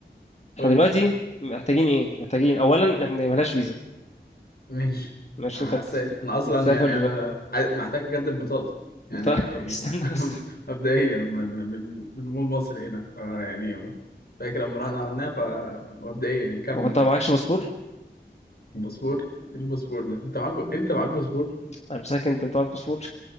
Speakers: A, on the left (about 60°); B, on the left (about 40°).
A: قول
B: احنا دلوقتي
A: لي
B: محتاجين ايه محتاجين اولا احنا ملهاش فيزا
A: ماشي
B: ماشي
A: حاسس
B: انت بت- بت-
A: انا اصلا
B: بتسافر
A: يعني انا عاي- محتاج اجدد بطاقتي يعني
B: بت... <laughs>
A: انا م-
B: استنى
A: <laughs>
B: بس
A: مبدئيا من من من مول مصر هنا فيعني فاكر لما رحنا عملناها فمبدئيا نكمل
B: هو انت
A: اه
B: معكش باسبور
A: الباسبور ايه الباسبور ده انت معاك انت معاك باسبور
B: انا بسالك انت معاك باسبور